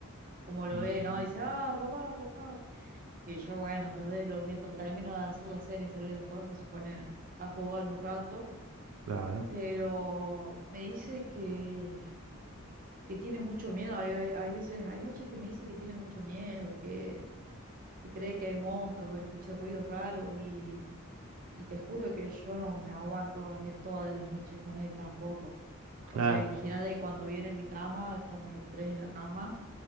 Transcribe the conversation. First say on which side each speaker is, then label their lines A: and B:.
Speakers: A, on the right (about 40°); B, on the right (about 85°).
A: como lo
B: Ujú,
A: ve, ¿no? Dice, ah, papá, papá. Y yo, bueno, los de los, mientras termino de hacer la cena y servir las cosas, se ponen a jugar un rato
B: Claro,
A: pero me dice que, que tiene mucho miedo. Hay, ve- hay veces, hay noches que me dice que tiene mucho miedo, que, que cree que hay monstruos o escucha ruidos raros y, y te juro que yo no me aguanto a dormir todas las noches con él tampoco.
B: claro,
A: O sea, imagínate que cuando viene a mi cama, estamos los tres en la cama,